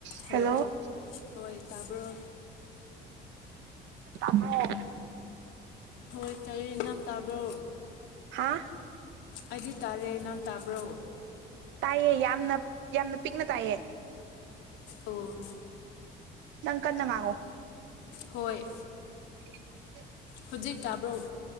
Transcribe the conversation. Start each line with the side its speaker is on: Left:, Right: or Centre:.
Right: ꯍꯦꯜꯂꯣ
Left: Hello ꯍꯣꯏ ꯇꯥꯕ꯭ꯔꯣ
Right: ꯑꯣ
Left: ꯍꯣꯏ ꯇꯥꯏꯌꯦ ꯅꯪ ꯇꯥꯕ꯭ꯔꯣ
Right: ꯍꯥꯥ
Left: ꯑꯩꯗꯤ ꯇꯥꯔꯦ ꯅꯍꯥꯟ ꯇꯥꯕ꯭ꯔꯣ
Right: ꯇꯥꯏꯌꯦ ꯌꯥꯝꯅ ꯌꯥꯝꯅ ꯄꯤꯛꯅ ꯇꯥꯏꯌꯦ
Left: ꯑꯣ
Right: ꯅꯪ ꯀꯟꯅ ꯉꯥꯡꯉꯣ
Left: ꯍꯣꯏ
Right: <inaudible>
Left: ꯍꯧꯖꯤꯛ ꯇꯥꯕ꯭ꯔꯣ